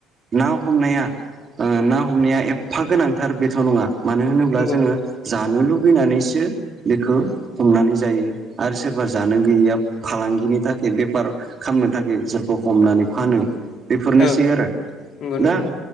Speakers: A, on the right; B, on the left.
A: ना हमनाया ना हमनाया एफा गोनांथार बेथ' नङा मानो होनोब्ला
B: नंगौ
A: जोङो जानो लुबैनानैसो बेखौ हमनानै जायो आरो सोरबा जानो गैयैया फालांग गिनि थाखाय बेफार खालामनो थाखाय बिसोरखौ हमनानै फानो बेफोरनोसै
B: औ
A: आरो
B: नंगौ नंगौ
A: दा